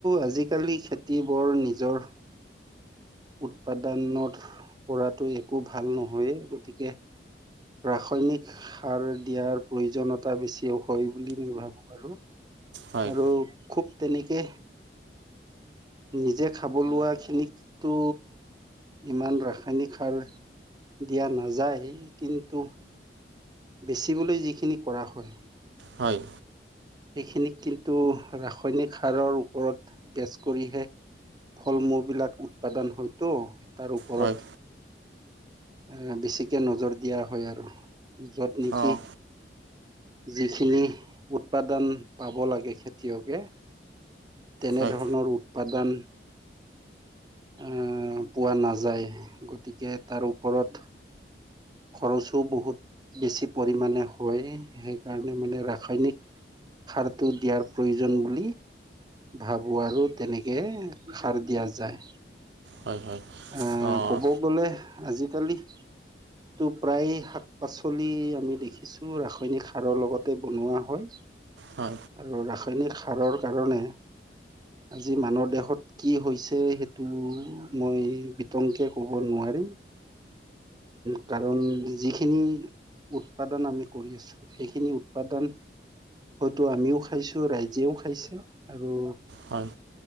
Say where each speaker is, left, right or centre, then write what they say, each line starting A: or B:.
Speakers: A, on the right; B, on the right.
A: আজিকালি খেতি বৰ নিজৰ। উৎপাদানত পৰাটো একো ভাল নহয়েই গতিকে। ৰাসায়নিক সাৰ দিয়াৰ প্ৰয়োজনীয়তা বেছিও হয় বুলি মই ভাবো আৰু।
B: হয়
A: আৰু খুব। তেনেকে নিজে খাব লোৱা খিনিটো। ইমান ৰাসায়নিক সাৰ দিয়া নাযায় কিন্তু। বেচিবলৈ যিখিনি কৰা হয়।
B: হয়।
A: সেইখিনিক কিন্তু ৰাসায়নিক সাৰৰ ওপৰত গেছ কৰিহে। ফল মূল বিলাক উৎপাদন হয়তো তাৰ ওপৰত
B: হয়
A: এ বেছিকে নজৰ দিয়া হয় আৰু যত নেকি
B: অঁ
A: যিখিনি উৎপাদন পাব লাগে খেতিয়কে তেনে
B: হয়
A: ধৰণৰ উৎপাদন আ পোৱা নাযায় গতিকে তাৰ তলত খৰচো বহুত বেছি পৰিাণে হয় সেইকাৰণে মানে ৰাসায়নিক। সাৰটো দিয়াৰ প্ৰয়োজন বুলি। ভাবোঁ আৰু তেনেকে সাৰ দিয়া যায়
B: হয় হয়
A: আ
B: অ',
A: ক'ব গলে আজিকালি। টো প্ৰায় শাক পাচলি আমি দেখিছো ৰাসায়নিক সাৰৰ লগতে বনোৱা হয়
B: হয়,
A: আৰু ৰাসায়নিক সাৰৰ কাৰণে। আজি মানুহ দেহত কি হৈছে সেইটো মই বিতংকে কব নোৱাৰো। কাৰণ। কাৰণ যিখিনি উৎপাদন আমি কৰি আছো সেইখিনি উৎপাদন হয়তো আমিও খাইছো ৰাইজেও খাইছে আৰু
B: হয়।